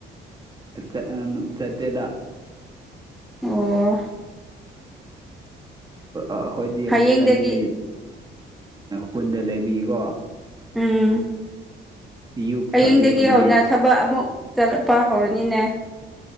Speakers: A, on the right; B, in the centre.
A: ꯆ ꯑ ꯆꯠꯇꯦꯗꯥ
B: ꯑꯣ
A: ꯑꯩꯈꯣꯏꯗꯤ
B: ꯍꯌꯦꯡꯗꯒꯤ
A: ꯍꯧꯖꯤꯛꯀꯥꯟꯗꯤ ꯀꯨꯟꯗ ꯂꯩꯕꯤꯀꯣ
B: ꯎꯝ
A: ꯌꯨꯠ
B: ꯍꯌꯦꯡꯗꯒꯤ
A: ꯁꯥꯔꯚꯤꯁꯀꯨꯝꯕꯗꯤ
B: ꯍꯧꯅ ꯊꯕꯛ ꯑꯃꯨꯛ ꯆꯠꯂꯛꯄ ꯍꯧꯔꯅꯤꯅꯦ